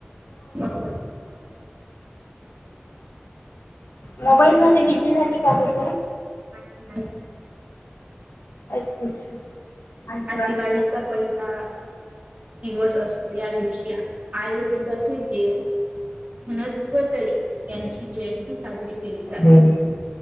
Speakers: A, on the right; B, on the left.
A: ह ह.
B: मोबाईलमध्येध्ये बिझी झाली का तू तू
A: <unintelligible>
B: अच्छा अच्छावा.
A: आज दिवाळीचा पहिला दिवस असतो या दिवशी आयुर्वेदाचे देव म्हणत्व तरी यांची जयंती साजरी केली जाते.
B: हम्म.